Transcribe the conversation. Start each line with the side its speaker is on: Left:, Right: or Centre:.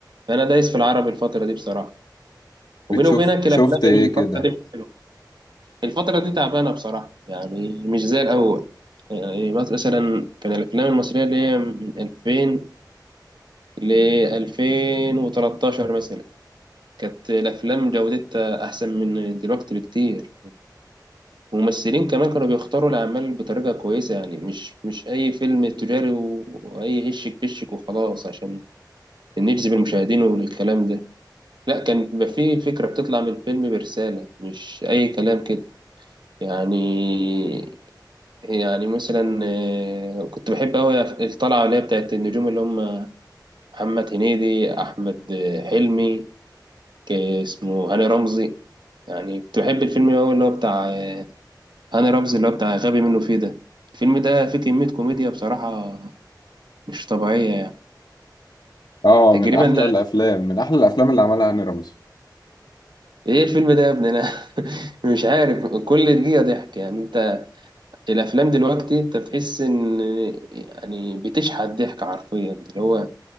Right: فأنا دايس في العربي الفترة دي بصراحة
Left: بتشوف
Right: وبيني وبينك
Left: شفت
Right: الأفلام
Left: ايه
Right: الفترة
Left: كده
Right: دي مش حلوة الفترة دي تعبانة بصراحة يعني مش زي الأول يعني مثلا كان الأفلام المصرية اللي هي من 2000 ل 2013 مثلا كانت الأفلام جودتها أحسن من دلوقتي بكتير الممثلين كمان كانوا بيختاروا الأعمال بطريقة كويسة يعني مش مش أي فيلم تجاري و- وأي هشك بشك وخلاص عشان نجذب المشاهدين والكلام ده لا كان بيبقى فيه فكرة بتطلع من الفيلم برسالة مش أي كلام كده يعني يعني مثلا آه، كنت بحب أوي الطلعة اللي هي بتاعت النجوم اللي هم محمد هنيدي أحمد آه، حلمي ك- اسمه هاني رمزي يعني كنت بحب الفيلم أوي اللي هو بتاع هاني رمزي اللي هو بتاع غبي منه فيه ده الفيلم ده فيه كمية كوميديا بصراحة مش طبيعية يعني
Left: اه
Right: تقريبا
Left: من احلى
Right: ده
Left: الافلام من احلى الافلام اللي عملها هاني رمزي
Right: ايه الفيلم ده يا ابني انا <laughs> مش عارف كل دقيقة ضحك يعني انت الافلام دلوقتي انت بتحس ان يعني بتشحت ضحك حرفيا اللي هو